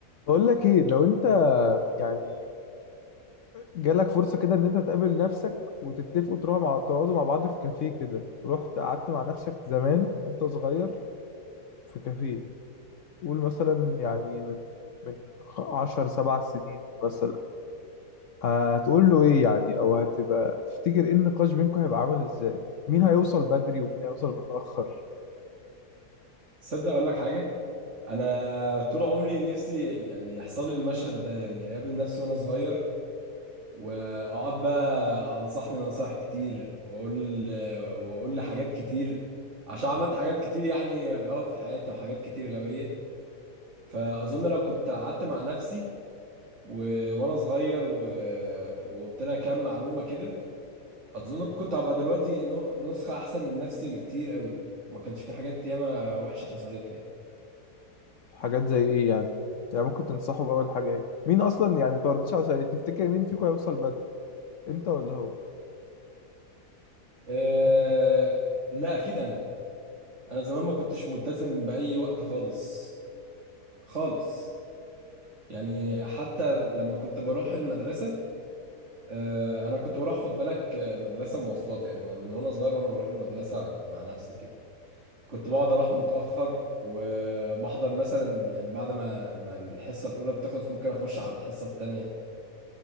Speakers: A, on the left; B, on the right.
A: بقول لك ايه لو انت يعني جالك فرصة كده ان انت تقابل نفسك وتتفقوا تروحوا مع تقعدوا مع بعض في كافيه كده رحت قعدت مع نفسك زمان وانت صغير في كافيه قول مثلا يعني من من خ- عشر سبع سنين مثلا هتقول له ايه يعني او هتبقى تفتكر ايه النقاش بينكم هيبقى عامل ازاي مين هيوصل بدري ومين هيوصل متأخر
B: تصدق اقول لك حاجه انا طول عمري نفسي يعني يحصل لي المشهد ده يعني اقابل نفسي وانا صغير واقعد بقى انصحني نصايح كتير واقول واقول لي حاجات كتير عشان عملت حاجات كتير يعني غلط في حياتي وحاجات كتير غبيه فاظن لو كنت قعدت مع نفسي و... وانا صغير و... وقلت لها كام معلومه كده اظن كنت هبقى دلوقتي نو- نسخه احسن من نفسي بكتير قوي ما كانش في حاجات ياما وحشه حصلت لي يعني.
A: حاجات زي ايه يعني يعني ممكن تنصحه بأول حاجة ايه مين اصلا يعني انت ما ردتش على سؤالي تفتكر مين فيكم هيوصل بدري انت ولا هو
B: أه لا اكيد انا انا زمان ما كنتش ملتزم باي وقت خالص خالص يعني حتى لما كنت بروح المدرسه أه انا كنت بروح خد بالك آه، المدرسه مواصلات يعني من وانا صغير وانا بروح المدرسه مع نفسي كده كنت بقعد اروح متاخر وبحضر مثلا يعني بعد ما ما الحصه الاولى بتخلص ممكن اخش على الحصه التانيه